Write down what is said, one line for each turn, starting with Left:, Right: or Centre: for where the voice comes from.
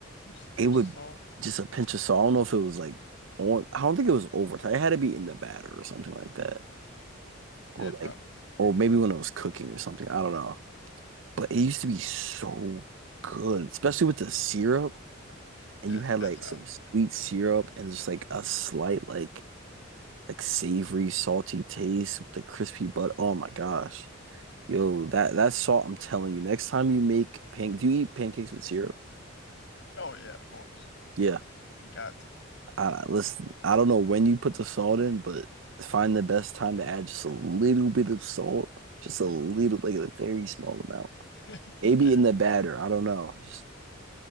Left: Just a pinch
Right: it would
Left: of salt.
Right: just a pinch of salt. I don't know if it was like on, I don't think it was overtime. It had to be in the batter or something like that,
Left: Yeah,
Right: or
Left: probably.
Right: like, or maybe when it was cooking or something. I don't know. But
Left: Hmm.
Right: it used to be so good, especially with the syrup. And
Left: Yeah,
Right: you had
Left: dude, that
Right: like
Left: sounds
Right: some sweet
Left: good.
Right: syrup and just like a slight like like savory, salty taste with the crispy butt. Oh my gosh. Yo, that that salt, I'm telling you, next time you make pancakes, do you eat pancakes with syrup?
Left: Oh yeah, of course.
Right: Yeah.
Left: You got to.
Right: I listen, I don't know when you put the salt in, but find the best time to add just a little bit of salt. Just a little, like a very small amount.
Left: <laughs>
Right: Maybe
Left: Yeah,
Right: in the batter. I don't know. Just